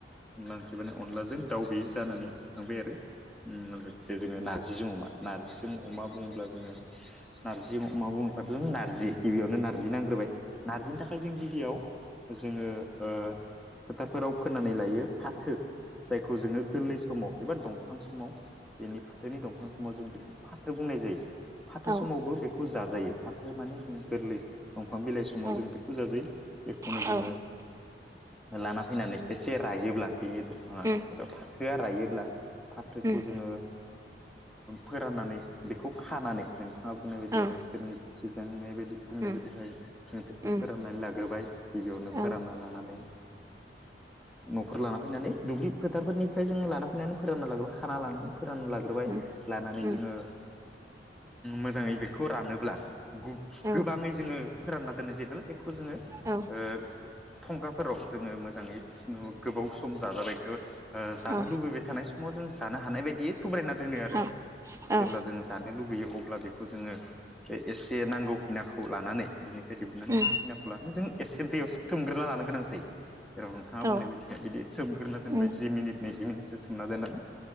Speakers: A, in the centre; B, on the right (about 20°).
A: अनला ओंख्रिबानानो अनलाजों दाउ बे जानानै थांबाय आरो। लोगोसे जोङो नारजिजों अमा। नार्जिजों अमा बुङोब्ला जोङो नारजि अमा बुङोबाथ' नारजि गिबियावनो नारजि नांग्रोबाय। नारजिनि थाखाय जों गिबियाव जोङो ओ फोथारफोराव फोनानै लायो फाथो जायखौ जोङो गोरलै समाव एबा दंफां समाव बेनि फाथोनि दंफां समाव जों बेखौ फाथो बुंनाय जायो। फाथो समावबो
B: औ
A: बेखौ जाजायो फाथो माने जों गोरलै दंफां बिलाइ सम समाव
B: उम औ
A: जों बेखौ जाजायो एखौनो
B: औ
A: जोङो लाना फैनानै एसे रायोब्ला बे दंफाङा
B: उम
A: एबा फाथोआ रायोब्ला फाथोखौ
B: उम
A: जोङो फोराननानै बेखौ खानानै नोंथाङा बुंनाय बायदि
B: औ
A: नोंसोरनि सिजांनाय बायदि बुंनाय
B: उम
A: बायदिहाय जों बेखौ
B: उम
A: फोराननानै लाग्रोबाय गिबियावनो
B: औ
A: फोरानना लानानै न'खरफोर लाना फैनानै दुब्लि फोथारफोरनिफ्राय जोङो लाना फैनानै फोरानना लाग्रोबाय खाना लानानै फोरानना लाग्रोबाय।
B: उम
A: लानानै
B: उम
A: जोङो मोजाङै बेखौ रानोब्ला गु
B: औ
A: गोबाङै जोङो फोरानना दोननाय जायो नालाय बेखौ जोङो
B: औ
A: ओ थंगाफोराव जोङो मोजाङै नो गोबाव सम जाजालायगोन। जानो
B: औ
A: लुबैबाय थानाय समाव जों जानो हानाय बायदियै थुब्रायना दोनो आरो।
B: औ औ
A: जेब्ला जों जानो लुुबैयो अब्ला बेखौ जोङो बे एसे नांगौ खिनाखौ लानानै बेनिखाय दिहुननानै
B: उम
A: नांगौ खिनाखौ लानानै जों एसे दैयाव सोमग्रोना लानो गोनां जायो। जेराव नोंथाङा
B: औ
A: बुंनाय बायदिया बिदि सोमग्रोना दोनबाय
B: उम
A: जि मिनिट नैजि मिनिटसो सोमना दोननानै